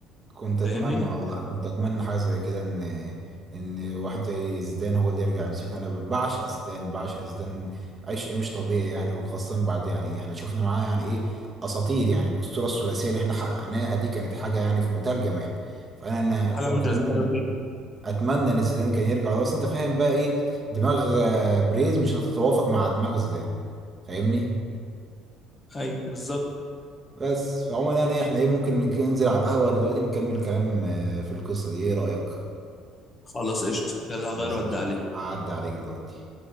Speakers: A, on the right (about 25°); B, on the left (about 25°).
A: كنت
B: فاهمني
A: اتمنى والله كنت اتمنى حاجه زي كده ان ان واحد زي زيدان هو اللي يرجع يمسكنا انا بعشق زيدان بعشق زيدان عشق مش طبيعي يعني وخاصه بعد يعني احنا شفنا معاه يعني ايه اساطير يعني الاسطوره الثلاثيه اللي احنا حققناها دي كانت حاجه يعني في منتهى الجمال فانا انا
B: حاجه
A: ك- اتمنى
B: مش هتتكرر تاني
A: اتمنى ان زيدان كان يرجع بس انت فاهم بقى ايه دماغ آه، بريز مش هتتوافق مع دماغ زيدان فاهمني
B: ايوه بالظبط
A: بس فعموما يعني احنا ايه ممكن نك- ننزل على القهوه دلوقتي نكمل كلام آه، في القصه دي ايه رايك
B: خلاص قشطة يلا غير
A: خلاص
B: ودي
A: قشطة
B: عليك
A: هعدي عليك دلوقتي